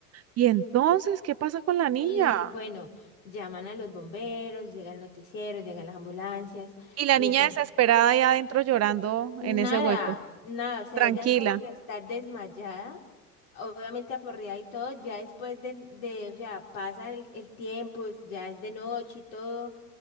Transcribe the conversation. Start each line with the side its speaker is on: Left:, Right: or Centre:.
Right: Y entonces, ¿qué pasa con la niña?
Left: Y bueno, llaman a los bomberos, llega el noticiero, llegan las ambulancias
Right: Y la
Left: y
Right: niña
Left: están
Right: desesperada ahí adentro llorando
Left: Nada,
Right: en ese hueco,
Left: nada, o sea,
Right: tranquila.
Left: ella como que está desmayada, obviamente aporreada y todo, ya después de, de, o sea, pasa el, el tiempo, es- ya es de noche y todo,